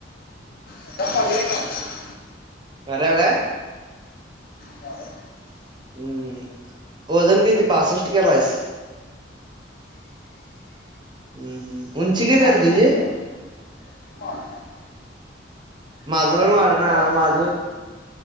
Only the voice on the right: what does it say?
खऱ्याव काय?
हम्मं, ओजन किती बासष्ट केलांयस? हम्मं हम्मं, उंची किती
आय र तुझी?
माझं
पण वाढायना
माझं